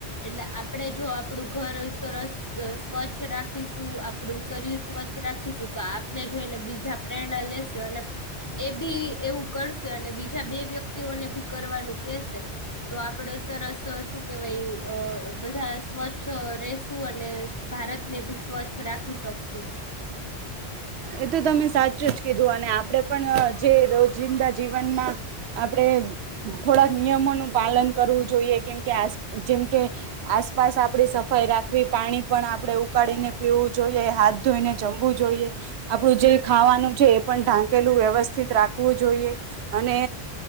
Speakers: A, on the left (about 20°); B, on the right (about 80°).
A: એટલે, આપડે જો આપડું ઘર સરસ સ્વચ્છ રાખીશું. આપણું શરીર સ્વચ્છ રાખીશું, તો આપને જોઈને બીજા પ્રેરણા લેશે, અને એ ભી એવું કરશે, અને બીજા બે વ્યક્તિઓને ભી કરવાનું કેશે. તો આપડે સરસ, શું કેવાઈ, અ.. બધા સ્વચ્છ, સરસ, અને ભારત ને ભી સ્વચ્છ રાખી શકશું.
B: એ તો તમે સાચું જ કીધું, અને આપડે પણ જે રોજિંદા જીવનમાં આપણેે થોડાક નિયમોનું પાલન કરવું જોઈએ, કેમકે આ જેમ કે આસપાસ આપડી સફાઈ રાખવી. પાણી પણ આપણે ઉકાળીને પીવું જોઈએ. હાથ ધોઈને જમવું જોઈએ. આપણું જે ખાવાનું છે, એ પણ ઢાંકેલું, વ્યવસ્થિત રાખવું જોઈએ, અને